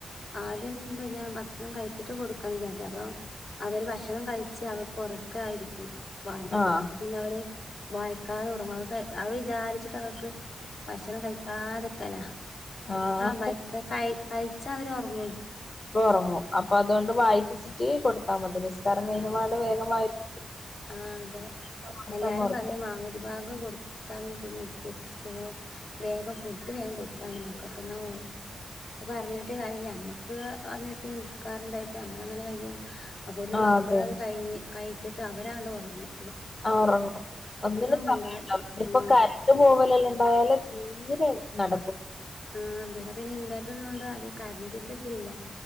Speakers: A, on the left; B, on the left.
A: ആദ്യം <unintelligible> ഭക്ഷണം കഴിച്ചിട്ട് കൊടുക്കാന്ന് വിചാരിച്ച അപ്പൊ അവര് ഭക്ഷണം കഴിച്ച് അവർക്ക് ഉറക്കാ <unintelligible> വേണ്ടത്
B: ആഹ്
A: അത് പിന്നെ അവര് വായക്കാത ഉറ <unintelligible> അത് വിചാരിച്ചിട്ട് അവർക്ക് ഭക്ഷണം കഴിക്കാതക്കല്ല <unintelligible>
B: ആഹ്
A: ച്ച അവർ ഉറങ്ങും
B: ഉറങ്ങും അപ്പൊ അതുകൊണ്ട് വായിപ്പിച്ചി <unintelligible> തമതിനിസ്കാരം
A: ആ
B: കഴിഞ്ഞപാട് വേഗമാ <unintelligible>
A: ആ അതെ
B: കൊടുത്തങ്ങ്
A: എല്ലാരും
B: ഒറക്കി
A: പറയാ മാ <unintelligible> വേഗം <unintelligible> നിശ്ചച്ചിട്ട് ചോ വേഗം ഫുഡ് വേഗൻ കൊടുത്താ മക്കൾക്ക്ന്ന <unintelligible> അ പറഞ്ഞിട്ട് കാരില്ല നമ്മക്ക് നിസ്കാർ എന്തായിട്ട് നമ്മള അങ്ങനെ കയ്യോ അപ്പൊതിന്
B: ആഹ്
A: മക്കള
B: അതെ
A: അത് കഴിഞ്ഞ് കഴി അ വരാണ്ട് ഉറങ്ങും
B: ആ ഉറങ്ങോ ഒന്നിനന്
A: മിണ്ടാ
B: സമയംണ്ടോ ഇ ഇപ്പോ
A: ആഹ്
B: കരണ്ട് പോവലല്ല ണ്ടായാലും തീരെ നട
A: ആ അവിടെ പിന്നെ ഇൻവേർട്ടറണ്ട് അത് കറണ്ടിന്റെ ല്ല